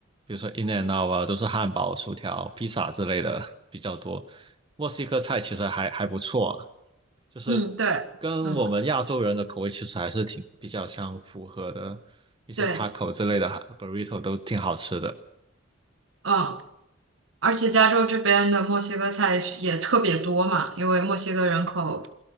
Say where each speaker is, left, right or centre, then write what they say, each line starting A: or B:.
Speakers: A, on the right; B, on the right.
A: 比如说 In and Out 啊，都是汉堡、薯条、披萨之类的 <laughs> 比较多。墨西哥菜其实还还不错，就是跟我们亚洲人的口味其实还是挺比较相符合的，
B: 嗯，对，嗯
A: 一些
B: 对，
A: taco 之类的哈 burrito 都挺好吃的。
B: 嗯，而且加州这边的墨西哥菜是也特别多嘛，因为墨西哥人口